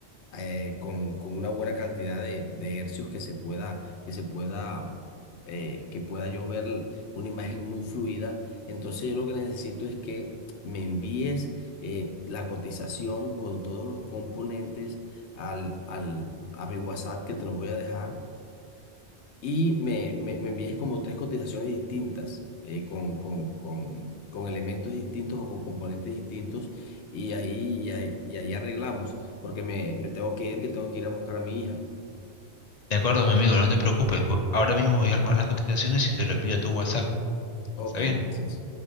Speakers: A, on the left; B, on the left.
A: eh, con, con una buena cantidad de, de hercios que se pueda, que se pueda, eh, que pueda yo ver l- una imagen muy fluida. Entonces yo lo que necesito es que me envíes eh, la cotización con todos los componentes al, al, a mi WhatsApp que te lo voy a dejar y me, me, me envíes como tres cotizaciones distintas, eh, con, con, con, con elementos distintos o con componentes distintos, y ahí, y ahí, y ahí arreglamos, porque me, me tengo que ir, que tengo que ir a buscar a mi hija.
B: De acuerdo, mi amigo, no te preocupes. voy- Ahora mismo voy a armar las cotizaciones y te lo envío a tu WhatsApp.
A: Ok,
B: ¿Está bien?
A: gracias.